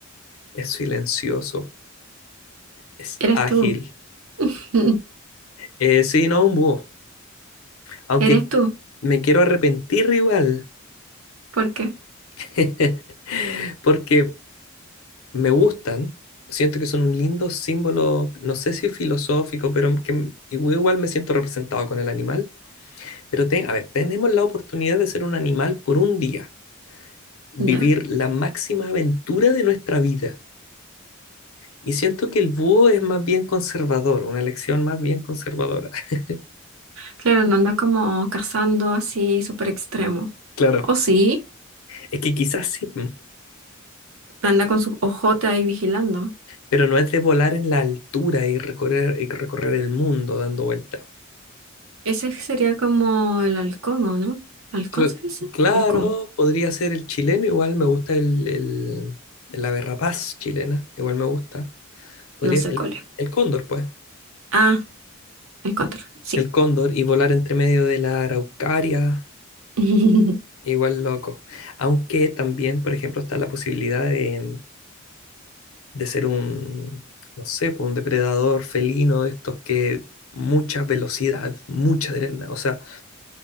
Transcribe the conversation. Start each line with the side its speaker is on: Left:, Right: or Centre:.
Left: Es silencioso. Es
Right: Eres
Left: ágil.
Right: tú. <laughs>
Left: Eh, sí, no, un búho. Aunque
Right: Eres tú.
Left: me quiero arrepentir igual,
Right: ¿Por qué?
Left: <laughs> porque me gustan, siento que son un lindo símbolo, no sé si filosófico, pero que m- igual me siento representado con el animal. Pero te- a ver, tenemos la oportunidad de ser un animal por un día, vivir
Right: Ya.
Left: la máxima aventura de nuestra vida. Y siento que el búho es más bien conservador, una elección más bien conservadora. <laughs>
Right: Claro, no anda como cazando así súper extremo.
Left: Claro.
Right: O sí,
Left: Es que quizás sí, mm,
Right: anda con su ojote ahí vigilando.
Left: pero no es de volar en la altura y recorrer, y recorrer el mundo dando vueltas.
Right: Ese sería como el halcón, ¿o no? ¿Halcón
Left: Cl-
Right: se dice?
Left: claro,
Right: Halcón.
Left: podría ser el chileno, igual me gusta el, el, la berrapaz chilena, igual me gusta. Podría,
Right: No sé
Left: el,
Right: cuál es.
Left: el cóndor, pues.
Right: Ah, el cóndor, sí.
Left: El cóndor y volar entre medio de la araucaria,
Right: <laughs>
Left: igual loco. Aunque también, por ejemplo, está la posibilidad de, de ser un, no sé, pues, un depredador felino, de estos que mucha velocidad, mucha adrenalina, o sea,